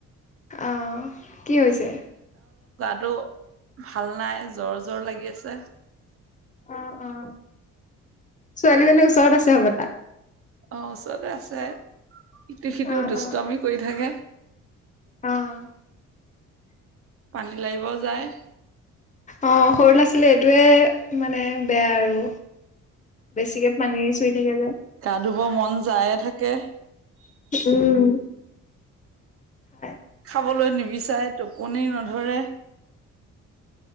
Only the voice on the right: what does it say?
দৌঅ ভাল নাই জ্বৰ জৰ লাগি আছে।
অ ওচৰতে আছে ইটো সিটো
দুষ্টমি
কৰি থাকে।
পানী লাৰিব যায়।
গা ধুব মন যায়ে থাকে।
খাবলৈ নিবিচাৰে, টোপনি নধৰে।